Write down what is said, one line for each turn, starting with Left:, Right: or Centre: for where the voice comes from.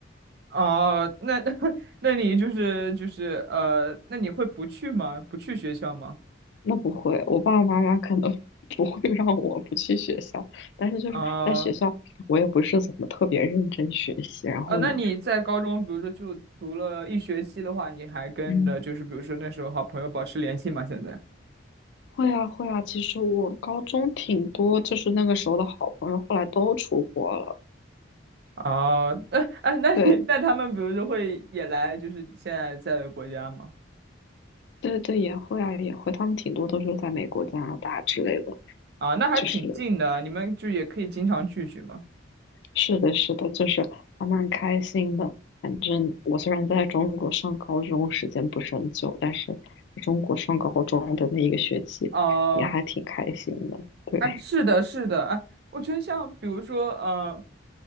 Right: 哦，那 <laughs> 那你就是就是呃，那你会不去吗？不去学校吗？
Left: <laughs> 那不会，我爸爸妈妈可能 <laughs> 不会让我不去学校，但是就是在学校我也不是怎么特别认真学习，
Right: 啊、
Left: 然后呢。
Right: 呃，那你在高中，比如说就读了一学期的话，你还跟着就是比如说那时候好朋友保持联系吗？
Left: 嗯
Right: 现在？
Left: 会啊会啊，其实我高中挺多，就是那个时候的好朋友，后来都出国了。
Right: 啊，<laughs> 哎哎，那你那他们比如说会也来就是你现在在的国家吗？
Left: 对对对，也会啊也会，他们挺多都是在美国、加拿大之类的。
Right: 啊，那还挺近的，
Left: 就是
Right: 你们就也可以经常聚聚嘛。
Left: 是的是的，就是还蛮开心的。反正我虽然在中国上高中时间不是很久，但是在中国上高中的那一个学期也还挺开心的。
Right: 啊，
Left: 对，
Right: 哎，是的，是的，哎，我觉得像比如说，呃，